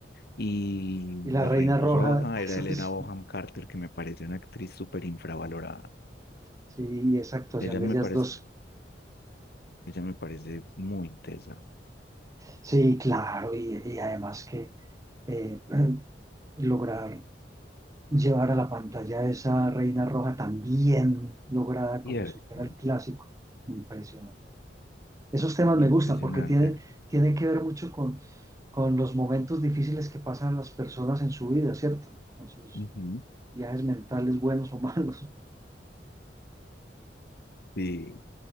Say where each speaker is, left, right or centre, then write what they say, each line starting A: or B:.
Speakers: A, on the left; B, on the right.
A: Y
B: y la
A: la
B: Reina
A: Reina
B: Roja,
A: Roja
B: <laughs>
A: era
B: eso
A: Elena
B: es,
A: Bonham Carter, que me parece una actriz súper infravalorada.
B: sí, y esa actuación
A: Ella
B: de
A: me
B: ellas
A: parece,
B: dos,
A: ella me parece muy tesa.
B: sí, claro, y, y además que eh, <clears throat> lograr llevar a la pantalla esa reina roja tan bien lograda
A: Cierto,
B: como si fuera el clásico. Impresionante. Esos temas me
A: impresionante.
B: gustan porque tiene, tiene que ver mucho con, con los momentos difíciles que pasan las personas en su vida, ¿cierto? Con sus
A: Ujú,
B: viajes mentales buenos o malos.
A: Sí,